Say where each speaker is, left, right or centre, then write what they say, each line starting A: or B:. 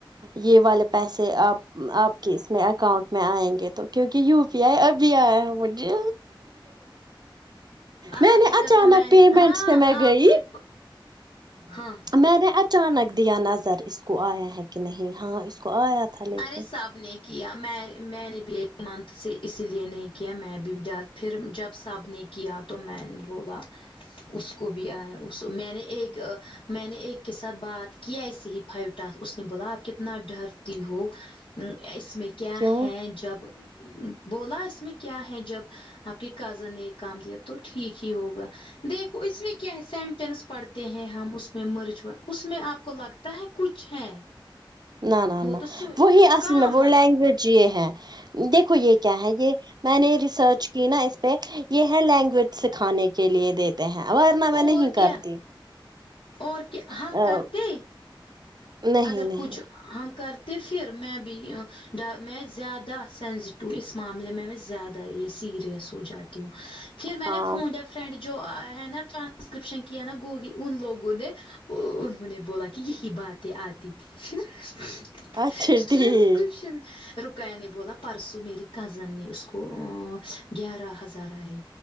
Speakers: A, on the right; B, on the left.
A: یہ والے پیسے کے آپ آپ کے اس میں اکاؤنٹ میں آئیں گے تو کیونکہ یو پی آئی ابھی آیا مجھے
B: اللہ
A: میں نے
B: کی
A: اچانک
B: قسم میں
A: پیمنٹس
B: نے ہاں
A: پہ میں گئی
B: آپ نے ہاں
A: میں نے اچانک دیا نظر اس کو آیا ہے کہ نہیں ہاں اس کو آیا تھا لیکن
B: ارے سب نے کیا میں میں نے بھی ایک منتھ سے اسی لیے نہیں کیا میں بھی ڈر پھر جب سب نے کیا تو میں نے بولا اس کو بھی آیا میں نے ایک میں نے ایک کے ساتھ بات کیا ایسے ہی پھلتا اس نے بولا آپ کتنا ڈر تی ہو اس میں کیا
A: کیوں
B: ہیں جب بولا اس میں کیا ہے جب آپ کے کزن نے ایک کام دیا تو ٹھیک ہی ہوگا دیکھو اس میں کیا سینٹینس پڑھتے ہیں ہم اس میں مرجا اس میں آپ کو لگ تا ہے کچھ ہے
A: نہ نہ
B: وہ
A: نہ
B: تو
A: وہی اصل
B: کام
A: میں وہ
B: لگ
A: لینگویج یہ ہے دیکھو یہ کیا ہے یہ میں نے ریسرچ یہ نہ اس پہ یہ ہے لینگویج سکھانے کے لیے دیتے ہیں ورنہ میں
B: اور
A: نہیں
B: کیا
A: کرتی
B: اور کیا ہم
A: ا،
B: کرتے ہیں
A: نہیں
B: اگر کچھ
A: نہیں
B: ہم کرتے پھر میں بھی میں زیادہ سینسیٹو اس معاملے میں میں زیادہ یہ سیریس ہو جاتی ہوں پھر میں
A: ہاں
B: نے فون جب فرینڈ جو ہے نا ٹرانسکرپشن کی ہے نہ گوگی ان لوگوں نے انہوں نے بولا کہ یہی باتیں آتی تھیں پھر
A: اچھا ٹھیک
B: ٹرانسکرپشن رقیہ کے نے بولا پرسوں میری کزن نے اس کو گیارہ ہزار آئے